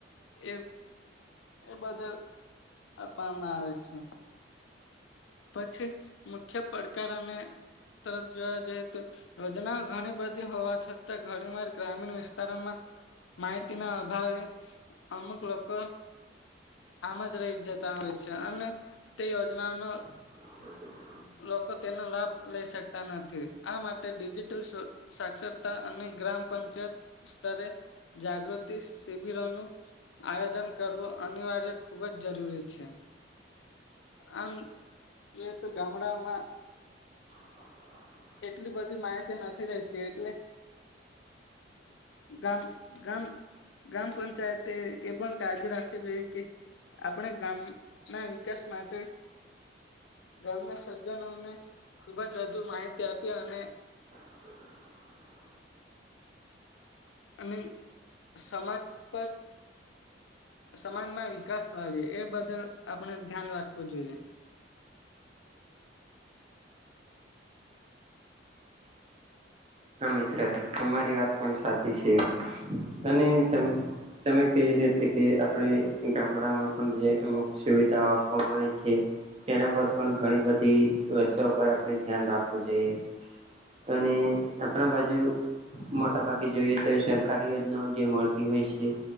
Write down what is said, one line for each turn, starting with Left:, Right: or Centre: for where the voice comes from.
Left: એ એ બદલ આપવામાં આવે છે. પછી મુખ્ય પડકાર અને તરફ જોવા જઈએ તો યોજનાઓ ઘણી બધી હોવા છતાં ઘણી વાર ગ્રામીણ વિસ્તારોમાં માહિતી ના અભાવે અમુક લોકો આમ જ રહી જ જતા હોય છે અને તે યોજનાનો
Right: <inaudible>
Left: લોકો તેનો લાભ લઈ શકતા નથી, આ માટે ડિજિટલ સાક્ષરતા અને ગ્રામ પંચાયત સ્તરે જાગૃતિ શિબિરોનું આયોજન કરવું અનિવાર્ય ખુબ જ જરૂરી છે, આમ એ તો ગામડામાં
Right: <inaudible>
Left: એટલી બધી માહિતી નથી રહેતી એટલે ગામ ગામ ગ્રામ પંચાયતે એ પણ કાળજી રાખવી જોઈએ કે આપણે ગામ ના વિકાસ માટે ગામના સજજનો ને ખુબ જ વધુ માહિતી આપી અને
Right: <inaudible>
Left: અને સમાજ પર સમાજમાં વિકાસ વા એ બદલ આપણે ધ્યાન રાખવું જોઈએ.
Right: હા. મિત્ર તમારી વાત પણ સાચી છે અને તમે ક રીતે કે આપણે ગામડામાં પણ જે અમુક સુવિધાઓ આપવામાં આવે છે. તેના પર પણ ઘણી બધી વ્યસ્થા પર આપણે ધ્યાન રાખવું જોઈએ. અને આપણા બાજુ મોટા ભાગે જોઈએ તો સરકારી યોજનાઓ જે મળતી હોય છે